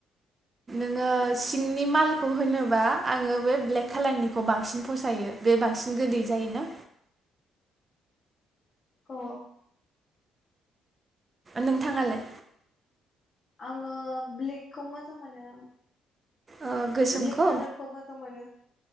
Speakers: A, on the right; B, on the left.
A: आङो सिंनि मालखौ होनोबा आङो बे ब्लेक कालारनिखौ बांसिन फसायो बे बांसिन गोदै जायोना।
B: औ
A: नोंथाङालाय?
B: आङो ब्लेकखौ मोजां मोनो।
A: ओ गोसोमखौ
B: ब्लेक कालारखौ मोजां मोनो।